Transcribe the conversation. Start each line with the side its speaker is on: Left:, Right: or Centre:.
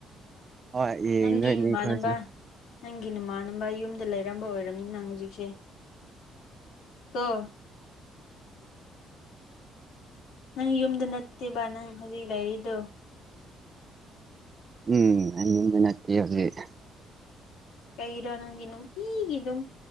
Right: ꯍꯣꯏ ꯌꯦꯡꯗꯣꯏꯅꯤ
Left: ꯅꯪꯒꯤ ꯅꯃꯥꯅꯕ
Right: ꯑꯩꯈꯣꯏꯁꯦ
Left: ꯅꯪꯒꯤ ꯅꯃꯥꯟꯅꯕ ꯌꯨꯝꯗ ꯂꯩꯔꯝꯕ ꯑꯣꯏꯔꯝꯅꯤ ꯅꯪ ꯍꯧꯖꯤꯛꯁꯦ ꯇꯣ ꯅꯪ ꯌꯨ꯫ꯝꯗ ꯅꯠꯇꯦꯕ ꯅꯪ ꯍꯧꯖꯤꯛ ꯂꯩꯥꯔꯤꯗꯣ
Right: ꯎꯝ ꯑꯩꯌꯨꯝꯗ ꯅꯠꯇꯦ ꯍꯨꯖꯤꯛ
Left: ꯀꯩꯒꯤꯔꯣ ꯅꯪꯗꯤ ꯅꯨꯡꯇꯤꯒꯤꯗꯨꯝ